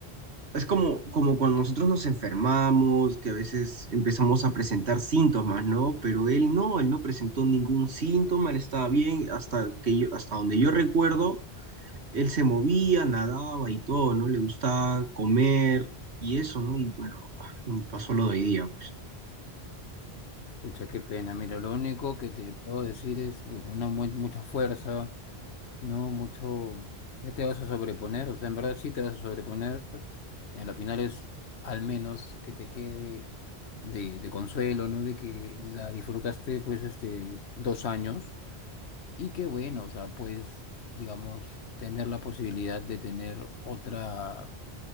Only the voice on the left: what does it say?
Pucha, qué pena, mira, lo único que te puedo decir es pues, una mu- mucha fuerza, ¿no? Mucho, ya te vas a sobreponer, o sea, en verdad sí te vas a sobreponer Y a la final es al menos que te quede de, de consuelo, ¿no? De que la disfrutaste pues este dos años y que bueno, o sea, pues digamos, tener la posibilidad de tener otra